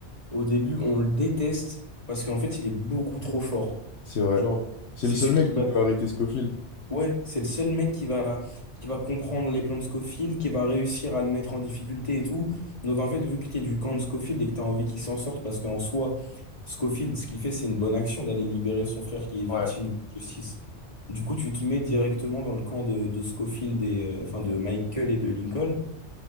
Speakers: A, on the left; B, on the left.
A: au début, on le déteste parce qu'en fait, il est beaucoup trop fort.
B: C'est vrai.
A: Genre,
B: C'est
A: c'est
B: le seul
A: celui
B: mec
A: qui va.
B: qui peut arrêter Scofield.
A: Ouais, c'est le seul mec qui va, qui va comprendre les plans de Scofield, qui va réussir à le mettre en difficulté et tout. Donc, en fait, vu que t'es du camp de Scofield et que t'as envie qu'il s'en sorte, parce qu'en soi, Scofield, ce qu'il fait, c'est une bonne action d'aller libérer son frère qui est victime
B: Ouais.
A: de justice Du coup, tu te mets directement dans le camp de, de Scofield et, euh, enfin, de Michael et de Lincoln.